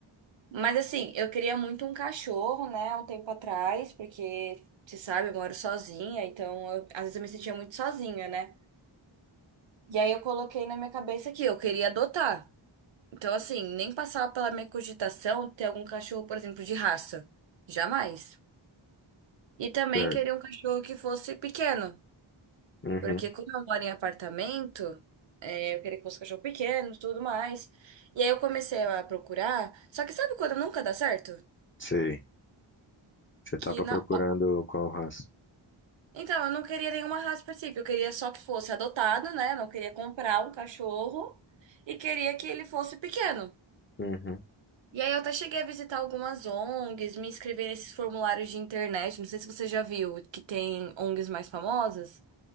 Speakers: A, on the right; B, on the left.
A: mas assim, eu queria muito um cachorro, né, há um tempo atrás, porque, você sabe, eu moro sozinha, então eu- às vezes eu me sentia muito sozinha, né? E aí eu coloquei na minha cabeça que eu queria adotar. Então, assim, nem passava pela minha cogitação ter algum cachorro, por exemplo, de raça. Jamais. E também
B: certo.
A: queria um cachorro que fosse pequeno,
B: Uhum,
A: porque como eu moro em apartamento, é, eu queria que fosse um cachorro pequeno, tudo mais. E aí eu comecei a procurar, só que sabe quando nunca dá certo?
B: sei. Você tava
A: Que não.
B: procurando qual raça?
A: Então, eu não queria nenhuma raça específica, eu queria só que fosse adotado, né? Não queria comprar um cachorro e queria que ele fosse pequeno.
B: Uhum,
A: E aí eu até cheguei a visitar algumas ONGs, me inscrever nesses formulários de internet. Não sei se você já viu que tem ONGs mais famosas.